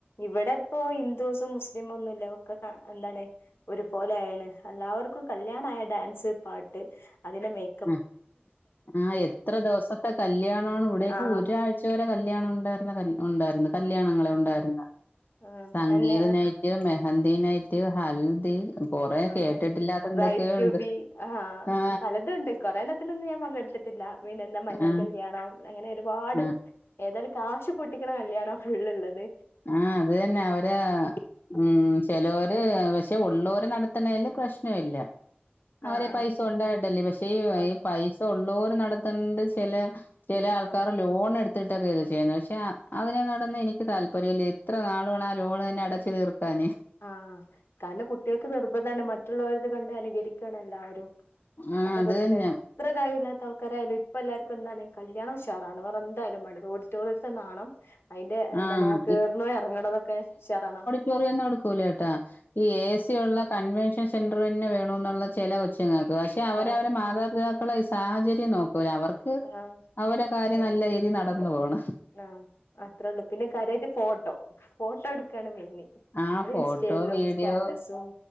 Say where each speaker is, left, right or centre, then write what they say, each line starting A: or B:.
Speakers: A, on the left; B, on the left.
A: ഇവടെപ്പോ ഹിന്ദൂസും മുസ്ലിമൊന്നുല്ല ഒക്കെ ക എല്ലാലെ ഒരുപോലെയായെല്ലെ അല്ലാവർക്കും കല്യാണായ ഡാൻസ് പാട്ട് അതെന്നെ മൈൻ
B: ആഹ് ആഹ് എത്ര ദിവസത്തെ കല്യാണാേണ് ഇവിടെ എക്കെ
A: ആ
B: ഒരായ് ച്ച വെരെ കല്യാണം ഉണ്ടാര്ന്ന കൽ ഉണ്ടായിര്ന്ന് കല്യാണങ്ങളെ ഉണ്ടായിര്ന്ന
A: ആ
B: സംഗീതനൈറ്റ്
A: അന്നെ
B: മെഹന്തിനൈ റ്റ് ഹൽദി കൊറെ
A: വേറെന്താണ്
B: കേട്ടിട്ടില്ലാത്ത എന്തൊക്കെയോ
A: ബ്രൈറ്റുബി
B: ഉണ്ട്
A: ആഹ്
B: ആ
A: പലതുണ്ട് കൊറെ എണ്ണത്തിലൊന്നും ഞാൻ പങ്കെട്ത്തിട്ടില്ല വിന്നെ എന്താ മഞ്ഞൾ
B: ആ
A: കല്യാണം അങ്ങനെ ഒരുപാട്
B: ആ
A: ഏതായാലും കാശ് പൊട്ടിക്ക്ണകല്ലിയാണാ ഫുള്ള് ഇളളത്
B: ആഹ് അത് തന്നെ ഓര് ഉം ചെലോര് ആവശ് ഇത് ഉള്ളോര് നടത്ത്ന്നൈല് പ്രശ്നവില്ല അവരെ
A: ആഹ് ആഹ്
B: പൈസ ഉണ്ടായിട്ടല്ലേ പക്ഷേ ഈ കയ്യിൽ
A: ആഹ്
B: പൈസ ഉള്ളോര് നടത്ത്ൻത് ചെല ചെലെ ആൾക്കാറ്
A: ആഹ്
B: ലോൺ എട്ത്ത്ട്ടെക്കെ ഇത് ചെയ്യുന്നെ പക്ഷെ അ അതിനെങ്ങനോടാെന്നും എനിക്ക് താൽ പര്യല്യ എത്രനാള് വാണം ആലോണ് തന്നെ അടച്ച് തീർക്കാനാന്
A: ആഹ് കാരണം കുട്ടിയോൾക്ക് നിർബന്ധാണ് മറ്റുള്ളോരത് കണ്ട് അനുകരിക്കാണ് എല്ലാവരും അതാണ്
B: ആഹ് അത്
A: പ്രശ്നം
B: തന്നെ
A: എത്ര കഴിവില്ലാത്ത ആൾക്കാരായാലും ഇപ്പൊ എല്ലാർക്കും എന്താണ് കല്യാണം ഉഷാറാണ് വേറെ എ ന്തായാലും മാണ്ടില ഓഡിറ്റോറിയത്ത്ന്ന് ആവണം അതിന്റെ എന്താണ്
B: ആഹ്
A: ആ കേറ്ണതും എറങ്ങ്ണതൊക്കെ ഉഷാറാകണം
B: ചെറിയൊന്നും ഇട്കൂലെ എട്ടാ ഈ എ സി ഉള്ള കൺവെൻഷൻ സെന്ററ്തന്നെ വേണോന്നുള്ള ചെല കൊച്ചങ്ങൾക്ക് പക്ഷെ അവര്
A: ആഹ്
B: അവരെ മാതാപിതാ ക്കളെയ് സാഹചര്യം നോക്കൂല അവർക്ക്
A: ആഹ്
B: അവരെ കാര്യം നല്ല രീതിയിൽ നടന്ന് പോവണം
A: ആഹ് അത്രേയള്ളൂ പിന്നെ കാര്യായിട്ട് ഫോട്ടോ ഫോട്ടോ എടുക്കാണ് മെയ്ന്
B: ആ
A: അത്
B: ഫോട്ടോ
A: ഇൻസ്റ്റയിലും
B: വീഡിയോ
A: സ്റ്റാറ്റസും